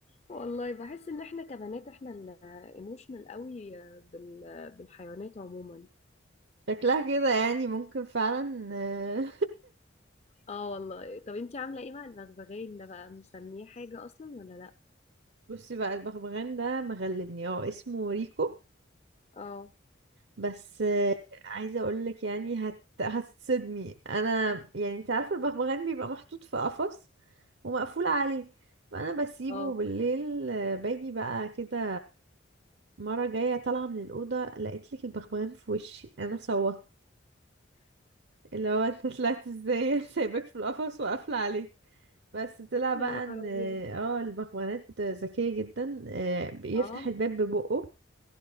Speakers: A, on the left; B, on the right.
A: والله بحس ان احنا كبنات احنا الايموشنال قوي بال- بالحيوانات عموما
B: شكلها كده يعني ممكن فعلا آه،
A: اه والله طب انتي عاملة ايه مع البغبغان ده بقى مسميه حاجة اصلا ولا لا
B: <laughs> بصي بقى البغبغان ده مغلبني اه اسمه ريكو
A: اه
B: بس عايزة اقولك يعني هت... هتتصدمي انا يعني انت عارفة البغبغان بيبقى محطوط في قفص ومقفول عليه فانا بسيبه
A: اه
B: بالليل آه، باجي بقى كده مرة جاية طالعة من الأوضة لقيت لك البغبغان في وشي انا صوت اللي هو انت طلعت ازاي <laughs> سايبك في القفص وقافلة عليك بس طلع بقى
A: يا نهار
B: ان اه
A: أبيض
B: البغبغانات ذكية جدا آه، بيفتح
A: اه
B: الباب ببقه